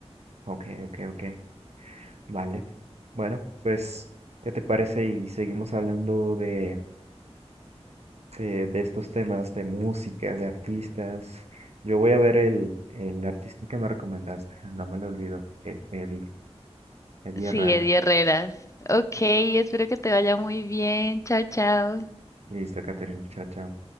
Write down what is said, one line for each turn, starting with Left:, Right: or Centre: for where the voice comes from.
Right: Ok, ok, ok. Vale. Bueno, pues, ¿qué te parece? Y seguimos hablando de, de, de estos temas de música, de artistas. Yo voy a ver el, el artista que me recomendaste. No me lo olvido. eh, Eddie, Eddie
Left: Sí,
Right: Herrera.
Left: Eddie Herreras. Ok, espero que te vaya muy bien. Chao, chao.
Right: Listo, Catherine. Chao, chao.